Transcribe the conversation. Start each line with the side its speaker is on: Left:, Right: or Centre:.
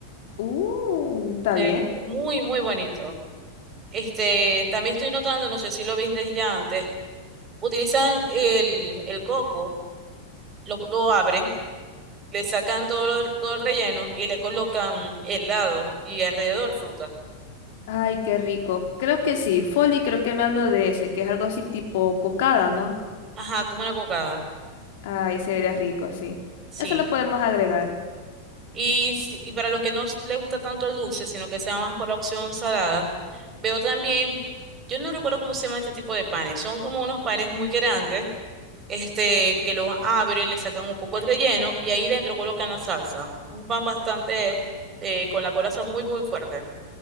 Left: Uh, ¿está
Right: Se
Left: bien?
Right: ve muy, muy bonito. Este, también estoy notando, no sé si lo viste ya antes, utilizan el, el coco, lo, lo abren, le sacan todo, lo- todo el relleno y le colocan helado y alrededor fruta.
Left: Ay, qué rico. Creo que sí. Folly, creo que me hablo de ese, que es algo así tipo cocada, ¿no?
Right: Ajá, como una cocada.
Left: Ay, se vería rico, sí.
Right: Sí,
Left: Eso lo podemos agregar.
Right: Y, si- y para los que no s- les gusta tanto el dulce, sino que sea más por la opción salada, veo también, yo no recuerdo cómo se llama este tipo de panes, son como unos panes muy grandes, este, que los abren, le sacan un poco el relleno y ahí dentro colocan la salsa. Es un pan bastante, eh, con la coraza muy, muy fuerte.